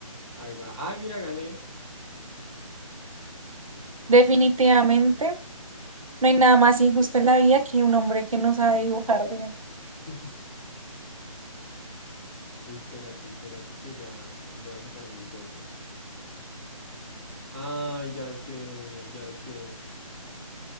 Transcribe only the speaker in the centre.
Ahí va. Ay, mira, gané.
<laughs> Espérate, espérate que ya voy a sacar mis dotes. Ay, ya sé, ya sé,